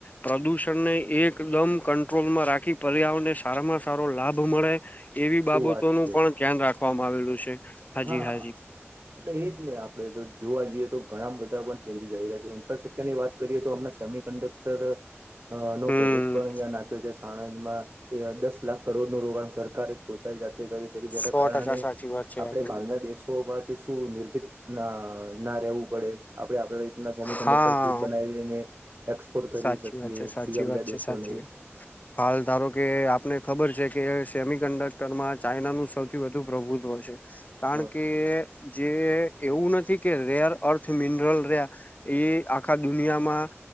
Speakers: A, on the left; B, on the right.
A: પ્રદૂષણને એકદમ કંટ્રોલમાં રાખી પર્યાવરણને સારામાં સારો લાભ મળે. એવી
B: શું
A: બાબતોનું
B: વાત છે.
A: પણ ધ્યાન રાખવામાં આવેલું છે. હાજી
B: હા
A: હાજી
B: એજ નહી આપડે તો જોવા જઈએ તો ઘણા બધા પણ ચેન્જસ આવી રહ્યા છે. ઇન્ફ્રાસ્ટ્રકચર ની વાત કરીએ તો હમણા સેમી કન્ડક્ટર નો
A: હમ
B: પ્રોજેક્ટ પણ અહંયા નાખ્યો છે સાણંદ માં એ દસ લાખ કરોડ નું રોકાણ સરકારે પોતાની જાતે કર્યુ છે કે જેના
A: સો
B: કારણે
A: ટકા સાચી વાત છે આપની
B: ના દેશોમાંથી શું નિર્ભિત ના ના રહેવું પડે આપડે આપડી રીતના સેમી
A: હા
B: કન્ડક્ટર ચીપ બનાવીઈને એક્સપોર્ટ કરી
A: સાચી
B: શકીએ
A: વાત છે સાચી
B: બીજા બીજા
A: વાત છે
B: દેશોને
A: સાચી વાત હાલ ધારો કે આપને ખબર છે કે સેમી કન્ડક્ટર માં ચાઈનાનું સૌથી વધુ પ્રભુત્વ છે કારણકે
B: હ
A: જે એવું નથી કે રેર અર્થ મિનરલ રે એ આખા દુનિયામાં